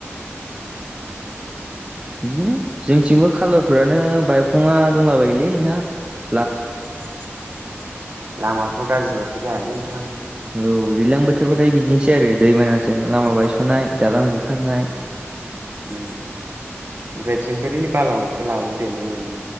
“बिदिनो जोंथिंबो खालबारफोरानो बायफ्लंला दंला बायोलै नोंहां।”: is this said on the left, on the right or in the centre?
Right